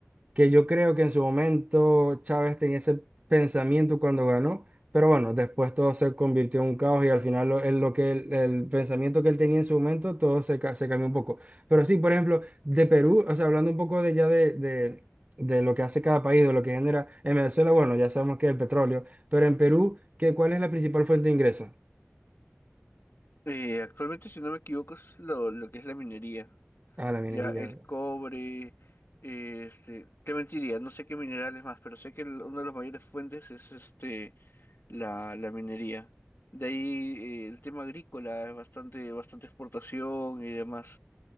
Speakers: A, on the right; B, on the left.
A: que yo creo que en su momento Chávez tenía ese pensamiento cuando ganó, pero bueno, después todo se convirtió en un caos y al final lo, él- lo que él- el pensamiento que él tenía en su momento, todo se, ca- se cambió un poco. Pero sí, por ejemplo, de Perú, o sea, hablando un poco de ya de, de, de lo que hace cada país, de lo que genera en Venezuela, bueno, ya sabemos que es el petróleo, pero en Perú, ¿qué, cuál es la principal fuente de ingresos?
B: Eh, actualmente, si no me equivoco, es lo, lo que es la minería.
A: Ah, la minería.
B: Ya el cobre, eh, este, te mentiría, no sé qué minerales más, pero sé que el- una de las mayores fuentes es este la, la minería. De ahí eh, el tema agrícola es bastante, bastante exportación y demás.